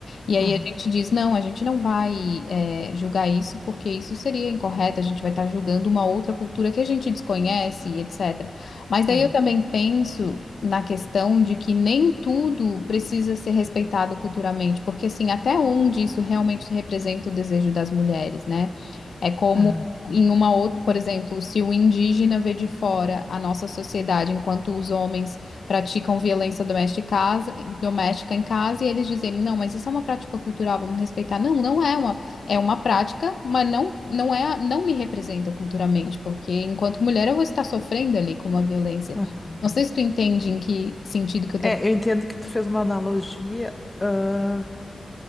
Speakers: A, on the left; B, on the left.
A: E aí
B: aham,
A: a gente diz, não, a gente não vai, é, julgar isso, porque isso seria incorreto, a gente vai estar julgando uma outra cultura que a gente desconhece, etc. Mas daí
B: aham,
A: eu também penso na questão de que nem tudo precisa ser respeitado culturalmente, porque assim, até onde isso realmente representa o desejo das mulheres, né? É como
B: aham,
A: em uma outra, por exemplo, se o indígena vê de fora a nossa sociedade, enquanto os homens praticam violência doméstica, em casa- doméstica em casa, e eles dizerem, não, mas isso é uma prática cultural, vamos respeitar. Não, não é uma é uma prática, mas não, não é, não me representa culturalmente, porque enquanto mulher eu vou estar sofrendo ali com uma violência.
B: aham.
A: Não sei se tu entende em que sentido que eu
B: É,
A: tô falando.
B: eu entendo que tu fez uma analogia, ah,